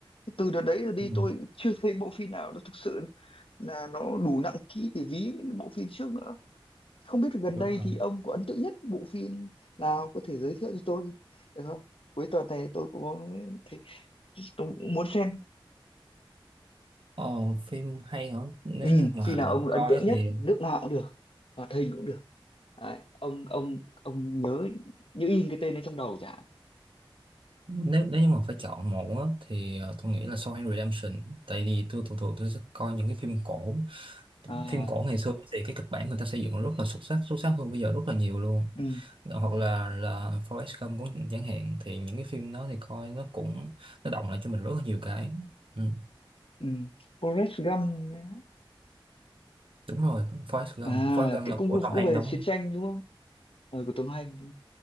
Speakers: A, on the left; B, on the right.
A: Thế từ đợt đấy rồi đi
B: ừ,
A: tôi chưa thấy bộ phim nào nó thực sự là nó đủ nặng ký để ví những bộ phim trước nữa không biết gần
B: đúng
A: đây
B: rồi
A: thì ông có ấn tượng nhất bộ phim nào có thể giới thiệu cho tôi được không cuối tuần này tôi cũng có thể- tôi cũng muốn xem
B: ờ, phim hay hả nếu
A: ừ,
B: như mà
A: phim nào ông ấn
B: coi
A: tượng
B: á
A: nhất
B: thì
A: nước nào cũng được hoạt hình cũng được Đấy, ông ông ông nhớ như in cái tên ấy trong đầu chả
B: nếu nếu như mà phải chọn một á, thì ờ, tôi nghĩ là Shawshank Redemption tại vì tôi thường thường tôi sẽ coi những cái phim cổ
A: à
B: phim cổ ngày xưa thì cái kịch bản người ta xây dựng rất là xuất sắc xuất sắc hơn bây giờ rất là nhiều luôn
A: ừ
B: hoặc là là Forrest Gump cũng chẳng hạn thì những cái phim đó thì coi nó cũng nó động lại cho mình rất là nhiều cái ừ,
A: ừ Forrest Gump đấy.
B: đúng rồi Forrest Gump
A: à
B: Forrest Gump
A: cái
B: là
A: cũng
B: của Tom
A: cũng
B: Hanks
A: về
B: đóng
A: chiến tranh đúng không Ờ, của Tom Hanks đúng không?